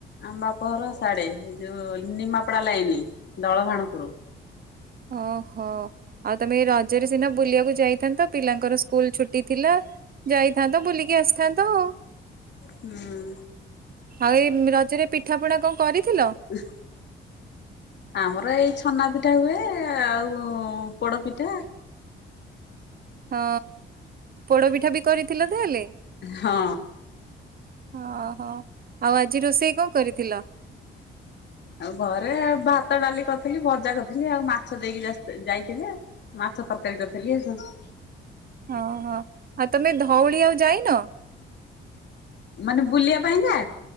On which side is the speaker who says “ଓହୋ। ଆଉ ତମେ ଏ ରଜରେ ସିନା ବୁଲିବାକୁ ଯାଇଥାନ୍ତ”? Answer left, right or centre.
Right